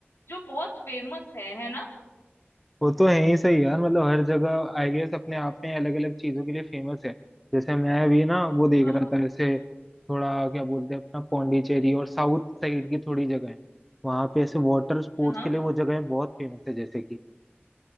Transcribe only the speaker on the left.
जो बहुत फेमस है है ना
हाँ
हाँ हाँ।